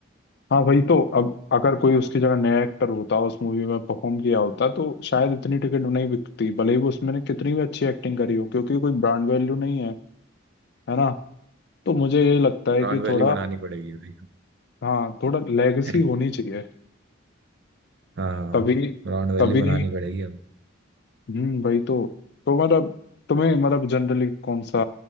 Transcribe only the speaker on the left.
हाँ भाई तो अब अगर कोई उसकी जगह नया एक्टर होता उस मूवी में परफॉर्म किया होता तो शायद इतनी टिकट नहीं बिकती भले ही वो उसमें ने कितनी भी अच्छी एक्टिंग करी हो क्योंकि कोई ब्रांड वैल्यू नहीं है है ना तो मुझे ये लगता है
कि
थोड़ा
हाँ थोड़ा लेगेसी
होनी चाहिए
तभी
तभी
हम्म भाई तो तो मतलब तुम्हें मतलब जनरली कौन सा